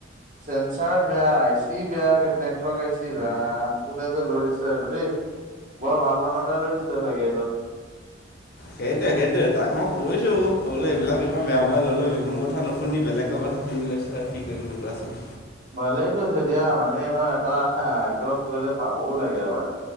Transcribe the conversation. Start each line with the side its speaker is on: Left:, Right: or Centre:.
Right: চেন্ঞ্চাৰ বেয়া, আইছি- টি বেয়া, নেটৱৰ্কৰ আইছি ৰাম কোনে যে লৈ দিছে এইটো দেই - বৰ ভাল মানুহ এটাই লৈ দিছে চাগে এইটো।
Left: সেইটোৱে সেইটোৱে তাক মই কৈছোঁ বুলো এইবিলাক ইমান বেয়া ম'বাইল নল'বি, মোৰ কথা নুশুনি বেলেগৰ কথা - শুনি লৈছে আও কি কৰিবি নো কোৱাচোন!
Right: ভালেই কৈছে দিয়া মানুহে এনে এটা আগ্ৰহ কৰিলে পাবও লাগে এবাৰ।